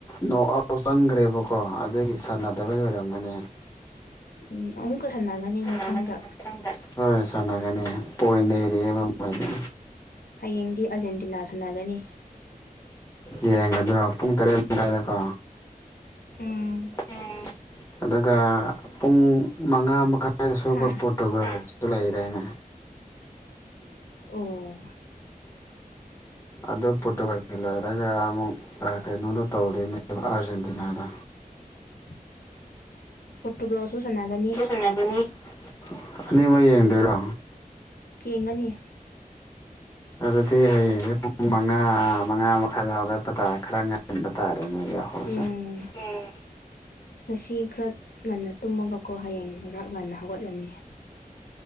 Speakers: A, on the left (about 20°); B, on the left (about 85°).
A: ꯅꯣꯛ ꯑꯥꯎ ꯆꯪꯈ꯭ꯔꯦꯕꯀꯣ ꯑꯗꯨꯒꯤ ꯁꯥꯟꯅꯗꯕꯒꯤ ꯑꯣꯏꯔꯝꯒꯅꯤ
B: ꯎꯝ ꯑꯃꯨꯛꯀ ꯁꯥꯟꯅꯒꯅꯤ ꯃꯊꯪꯗ
A: <unintelligible> ꯃꯊꯪꯗ ꯍꯣꯏ ꯁꯥꯟꯅꯒꯅꯤ ꯄꯣꯏ ꯂꯩꯔꯑꯦꯕ ꯃꯣꯏꯅ
B: ꯍꯌꯦꯡꯗꯤ ꯑꯥꯔꯖꯦꯟꯇꯤꯅꯥ ꯁꯥꯟꯅꯗꯣꯏꯅꯤ
A: ꯌꯦꯡꯒꯗ꯭ꯔꯣ ꯄꯨꯡ ꯇꯔꯦꯠ ꯃꯈꯥꯏꯗꯀꯣ
B: ꯎꯝ
A: ꯑ ꯑꯗꯨꯒ ꯄꯨꯡ ꯃꯉꯥ ꯃꯈꯥꯏ ꯁ꯭ꯋꯥꯏꯗ ꯁꯕ
B: ꯍꯥ
A: ꯄꯣꯇꯨꯒꯁꯨ ꯂꯩꯥꯛꯏꯗꯥ ꯑꯩꯅ
B: ꯑꯣ
A: ꯑꯗꯞ ꯄꯇꯨꯒꯁꯤ ꯂꯣꯏꯔꯒ ꯑꯃꯨꯛ ꯀꯩꯅꯣꯗ ꯇꯧꯗꯣꯏꯅꯦꯕ ꯑꯥꯔꯖꯦꯟꯇꯤꯅꯥꯗ
B: <inaudible> ꯄꯣꯔꯇꯨꯒꯜꯁꯨ ꯁꯥꯟꯅꯒꯅꯤ
A: ꯅꯤꯡꯅꯤꯃ ꯑꯗꯔ
B: ꯌꯦꯡꯒꯅꯤ
A: ꯑꯗꯨꯗꯤ ꯍꯌꯦꯡꯁꯦ ꯄꯨꯡ ꯃꯉꯥ ꯃꯉꯥ ꯃꯈꯥꯏꯗ ꯍꯧꯒꯠꯄ ꯇꯥꯔꯦ ꯈꯔ ꯉꯟꯕ ꯇꯥꯔꯦ ꯌꯥ ꯍꯣꯖ
B: ꯎꯝ
A: ꯎ
B: ꯉꯁꯤ ꯈꯔ ꯉꯟꯅ ꯇꯨꯝꯃꯒꯀꯣ ꯍꯌꯦꯡ ꯈꯔ ꯉꯟꯅ ꯍꯧꯒꯠꯂꯅꯤ <inaudible>